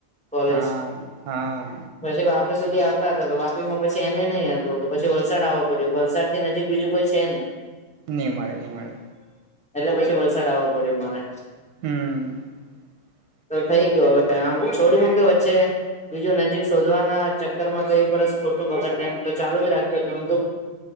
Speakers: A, in the centre; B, on the right.
A: કોલેજ
B: હા હા
A: પછી વાપી સુધી આવતા હતા તો વાપી માં પછી એમે નહીિ હતુ, તો પછી વલસાડ આવવો પડ્યું વલસાડ નજીક બીજું કોઈ છે, નહી.
B: નહી મળે નહી મળે
A: એટલે પછી વલસાડ આવવા પડ્યો મારે
B: <unintelligible>
A: તો થઈ ગયયો હવે આમ છોડી, મૂકે વચ્ચે બીજુ નજીક શોધવાના ચક્કર માં તો એક વરષ ખોટુ બગડને તો ચાલુ જ રાખ્યો હ તો